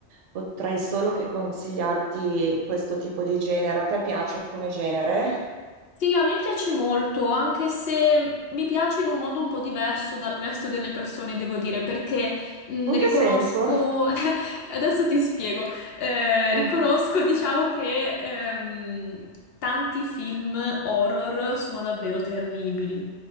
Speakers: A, on the right; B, on the left.
A: potrei solo che consigliarti questo tipo di genere. A te piace come genere?
B: Sì, a me piace molto, anche se mi piace in un modo un po' diverso dal resto delle persone, devo dire, perché mh,
A: In
B: riconosco,
A: che senso?
B: <laughs> adesso ti spiego, Eh,
A: Mm.
B: riconosco, diciamo che ehm, tanti film horror sono davvero terribili.